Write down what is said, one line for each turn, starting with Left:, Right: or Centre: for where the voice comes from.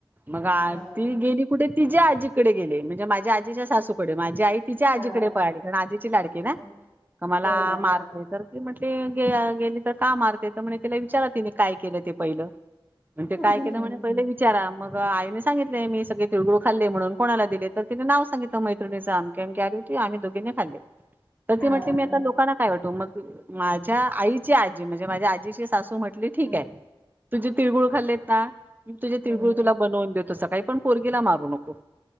Right: मग आ
Left: हां.
Right: ती गेली कुठे? तिझ्या आजीकडे गेले म्हणजे माझ्या आजीच्या सासूकडे माझी आई तिच्या आज
Left: हां,
Right: तडे
Left: हां,
Right: पली कारण आजीची लाडकी ना
Left: हां.
Right: का मला
Left: हो ना.
Right: मारते
Left: हां.
Right: तरी म्ह ते गेले तर का मारते तर म्हणे त्याला विचारा तिने काय केलं ते पहिलं. म्हण ते
Left: हं.
Right: काय केलं म्हणे पहिले विचारा मग ग आईने सांगितलंय मी सगळे तिळ गुळ खाल्ले म्हणून कोणाला दिले तर तीने नाव सांगितलं मैत्रणीच आमके, आमके ते आम्ही दोघीने खाल्ले तर
Left: हां,
Right: ते म्हटले मी आता
Left: हां.
Right: लोकांना काय वाटू मग माझ्या आईची आजी म्हणजे माझ्या आजीची सासू म्हण ठीक
Left: हं,
Right: आहे तुझे तिळगुळ खाल्लेत ना तुझे
Left: हं.
Right: तिळगुळ तुला बनवून देतो सग काही पण पोरगीला मारू नको